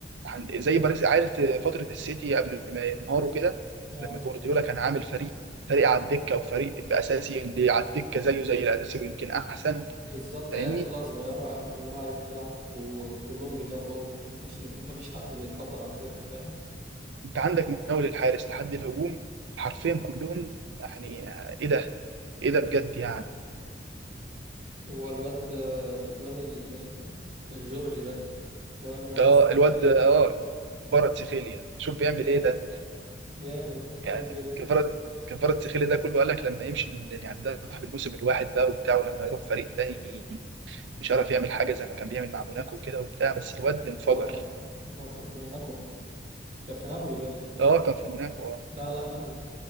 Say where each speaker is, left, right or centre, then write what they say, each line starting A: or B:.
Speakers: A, on the right (about 80°); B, on the right (about 45°).
A: عند زي باريس عارف في فتره السيتي قبل ما ينهاروا كده
B: اه
A: لما جوارديولا كان عامل فريق فريق على الدكه وفريق باساسي اللي على الدكه زيه زي الاساسي ويمكن احسن
B: بالظبط
A: فاهمني
B: عيال كلها صغيرة عيال كلها عايزة تلعب و- وكلهم بيدافعوا مفيش نجوم مفيش حد بيتكبر على الفرق فاهم
A: انت عندك من اول الحارس لحد الهجوم حرفيا كلهم يعني ايه ده ايه ده بجد يعني
B: هو الواد الواد ال- ال- الجورجي ده جار- جارفستخيليا
A: اه الواد اه
B: ده
A: كفارة سيخيليا شوف بيعمل
B: جامد
A: ايه ده
B: جامد
A: يعني
B: جامد جدا
A: كفاره كفاره سخيلي ده كله قال لك لما يمشي من يعني ده صاحب الموسم الواحد بقى وبتاع ولما يروح فريق تاني مش عارف يعمل حاجه زي ما كان بيعمل مع موناكو وكده وبتاع بس الواد انفجر
B: هو كان في كان هو كان في موناكو كان في نابولي باين
A: اه كان في موناكو اه
B: لا لا نابولي